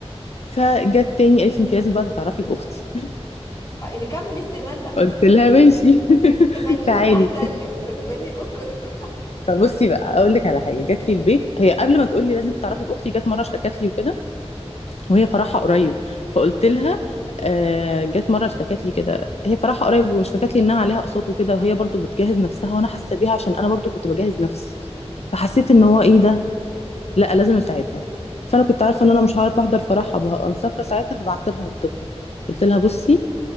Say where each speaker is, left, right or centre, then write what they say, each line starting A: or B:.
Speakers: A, on the left; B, on the left.
A: فجت تاني قالت لي انت لازم بقى تتعرفي باختي
B: آه، نكمل استغلال
A: <laughs>
B: بقى
A: قلت
B: انت
A: لها ماشي
B: انت
A: <laughs>
B: تتبنيهم
A: تعالي
B: احسن لك تتبني الاسره دي كلها
A: فبصي بقى اقول لك على حاجه جات لي البيت هي قبل ما تقول لي لازم تعرفي باختي جت مره اشتكت لي وكده وهي فرحها قريب فقلت لها آه جت مره اشتكت لي كده هي فرحها قريب واشتكت لي انها عليها اقساط وكده وهي برضو بتجهز نفسها وانا حاسه بيها عشان انا برضو كنت بجهز نفسي فحسيت ان هو ايه ده لا لازم اساعدها فانا كنت عارفه ان انا مش هعرف احضر فرحها بقى مسافره ساعتها فبعت لها نقطتها قلت لها بصي